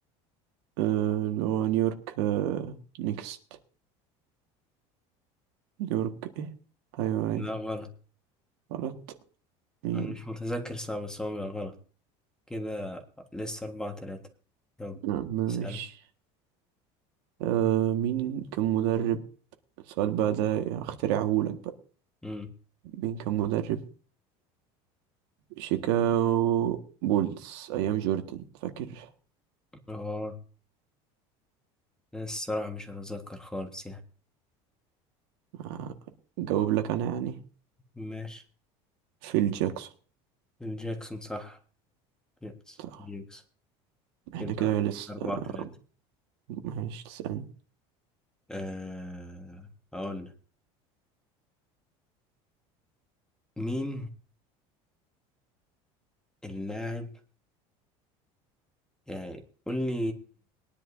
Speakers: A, on the right; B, in the centre.
A: أه، اللي هو نيويورك أه، نيكست نيويورك إيه أيوه أيوه
B: لا غلط
A: غلط مين
B: أنا مش متذكر صعب بس هو بيبقى غلط كده لسه أربعة تلاتة يلا
A: نعم ماشي
B: اسأل
A: أه مين كان مدرب السؤال بقى ده اخترعهولك بقى
B: أمم
A: مين كان مدرب شيكاغو بولز ايام جوردن فاكر
B: آه لا، الصراحة مش هتذكر خالص يعني
A: آه، جاوب لك انا يعني
B: ماشي
A: فيل جاكسون
B: الجاكسون صح يس،
A: صح
B: جاكسون
A: احنا
B: كده
A: كده لسه
B: لسه أربعة
A: آه،
B: تلاتة
A: ماشي تسألني
B: أه أقول لك. مين اللاعب يعني قول لي